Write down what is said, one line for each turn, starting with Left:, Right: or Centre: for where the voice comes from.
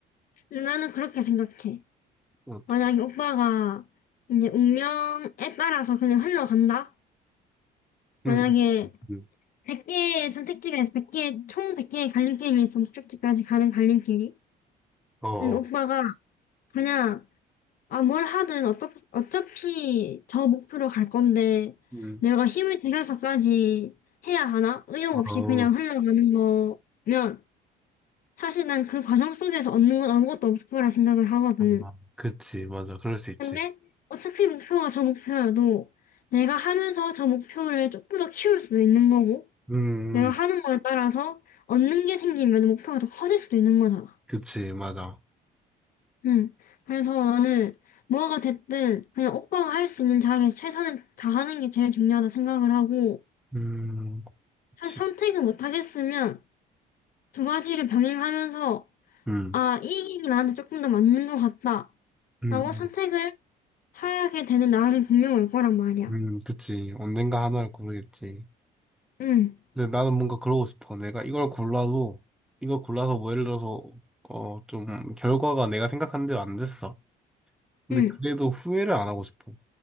Left: 근데 나는 그렇게 생각해.
Centre: 어떻게?
Left: 만약에 오빠가 이제 운명에 따라서 그냥 흘러간다? 만약에
Centre: 응, 응, 응.
Left: 100개의 선택지가 있어. 백 개총 100개의 갈림길이 있어. 목적지까지 가는 갈림길이.
Centre: 어, 어,
Left: 음, 오빠가 그냥 아, 뭘 하든 어차, 어차피 저 목표로 갈 건데
Centre: 응,
Left: 내가 힘을 들여서까지 해야 하나? 의욕
Centre: 어,
Left: 없이 그냥 흘러가는 거면 사실 난 그 과정 속에서 얻는 건 아무것도 없을 거라 생각을 하거든.
Centre: 아, 그치, 맞아, 그럴 수 있지.
Left: 근데 어차피 목표가 저 목표여도 내가 하면서 저 목표를 조금 더 키울 수도 있는 거고
Centre: 음,
Left: 내가 하는 거에 따라서 얻는 게 생기면 목표가 더 커질 수도 있는 거잖아.
Centre: 그치, 맞아.
Left: 응. 그래서 나는 뭐가 됐든 그냥 오빠가 할 수 있는 자리에서 최선을 다하는 게 제일 중요하다 생각을 하고
Centre: 음,
Left: 사실
Centre: 그치,
Left: 선택을 못 하겠으면 두 가지를 병행하면서
Centre: 응
Left: 아, 이 길이 나한테 조금 더 맞는 것 같다.
Centre: 음,
Left: 라고 선택을 하게 되는 날이 분명 올 거란 말이야.
Centre: 음, 음, 그치. 언젠가 하나를 고르겠지.
Left: 응,
Centre: 근데 나는 뭔가 그러고 싶어. 내가 이걸 골라도 이걸 골라서 뭐 예를 들어서 어, 좀 결과가 내가 생각한 대로 안 됐어. 근데
Left: 응,
Centre: 그래도 후회를 안 하고 싶어.